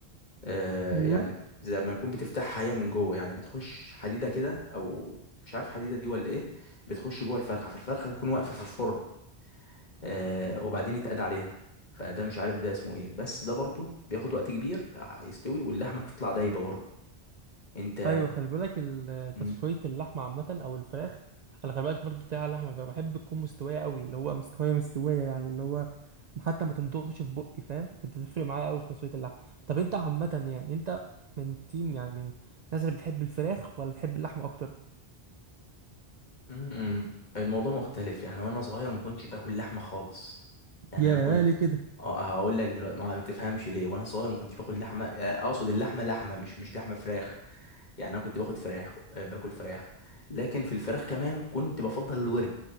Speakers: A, on the left; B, on the right.
A: آه
B: ايوه
A: يعني زي ما يكون بتفتحها هي من جوه يعني بتخش حديده كده او مش عارف حديده دي ولا ايه بتخش جوه الفرخه فالفرخه تكون واقفه في الفرن آه وبعدين يتقاد عليها فده مش عارف ده اسمه ايه بس ده برضه بياخد وقت كبير ع- يستوي واللحمه بتطلع دايبه برضه انت
B: ايوه خلي بالك ال-
A: مم.
B: تسوية اللحمة عامة او الفراخ انا خلي بالك برضه بتاع اللحمة الفراخ بحب تكون مستوية قوي اللي هو مستوية مستوية يعني اللي هو حتى ما تندغش في بقي فاهم بتفرق معايا قوي في تسوية اللحمة طب انت عامة يعني انت من تيم يعني من الناس اللي بتحب الفراخ ولا تحب اللحمة اكتر
A: مم. الموضوع مختلف يعني وانا صغير ما كنتش باكل لحمه خالص يعني
B: يا
A: انا كنت
B: ليه كده
A: اه هقول لك دلوقتي ما تفهمش ليه وانا صغير ما كنتش باكل لحمه آه، اقصد اللحمه لحمه مش مش لحمه فراخ يعني انا كنت باخد فراخ آه، باكل فراخ لكن في الفراخ كمان كنت بفضل الورك